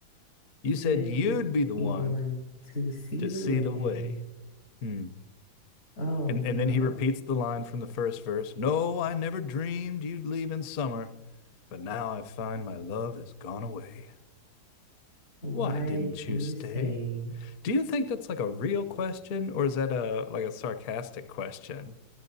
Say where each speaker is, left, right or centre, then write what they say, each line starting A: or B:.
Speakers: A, on the left (about 60°); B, on the left (about 85°).
A: You
B: Said
A: said you'd
B: you
A: be the
B: be
A: one
B: the one to see
A: to
B: the
A: see
B: way.
A: the way. Hmm.
B: Oh
A: And
B: no.
A: and then he repeats the line from the first verse, "No, I never dreamed you'd leave in summer, but now I find my love has gone away."
B: Why
A: Why didn't
B: didn't
A: you stay?
B: you stay?
A: Do you think that's like a real question or is that a like a sarcastic question?